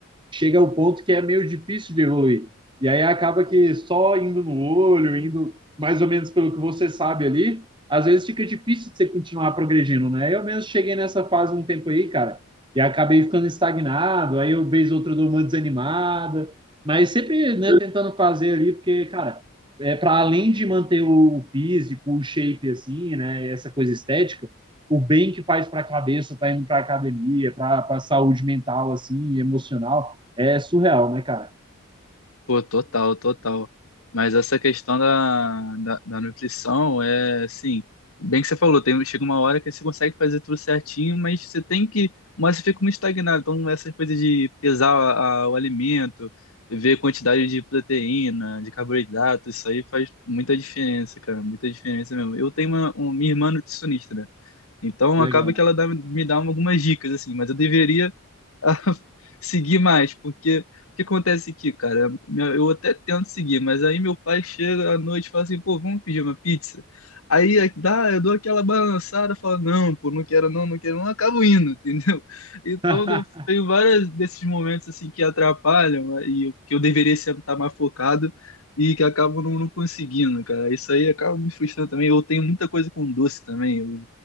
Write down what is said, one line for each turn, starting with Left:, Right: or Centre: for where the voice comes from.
Right: chega ao ponto que é meio difícil de evoluir. E aí acaba que só indo no olho, indo mais ou menos pelo que você sabe ali, às vezes fica difícil de você continuar progredindo, né? Eu mesmo cheguei nessa fase um tempo aí, cara, e acabei ficando estagnado, aí eu vez outra dou uma desanimada, mas sempre, né, tentando fazer ali, porque, cara, é para além de manter o físico, o shape assim, né, essa coisa estética, o bem que faz para a cabeça, tá indo para academia, para a saúde mental assim, emocional, é surreal, né, cara?
Left: Pô, total, total. Mas essa questão da, da, da nutrição é assim, bem que você falou, tem, chega uma hora que você consegue fazer tudo certinho, mas você tem que, mas você fica muito estagnado. Então, essas coisas de pesar a- a- o alimento, ver quantidade de proteína, de carboidrato, isso aí faz muita diferença, cara, muita diferença mesmo. Eu tenho uma, um- minha irmã nutricionista, né? Então
Right: Legal.
Left: acaba que ela dá- me dá algumas dicas, assim, mas eu deveria a <laughs> seguir mais, porque o que acontece aqui, cara? Meu- Eu até tento seguir, mas aí meu pai chega à noite e fala assim, pô, vamos pedir uma pizza. Aí é- dá, eu dou aquela balançada, falo, não, pô, não quero não, não quero não, acabo indo, <laughs> entendeu? Então
Right: <laughs>
Left: eu tenho vários desses momentos assim que atrapalham né, e eu- que eu deveria estar mais focado e que acabo não, não conseguindo, cara. Isso aí acaba me frustrando também. Eu tenho muita coisa com doce também. Eu-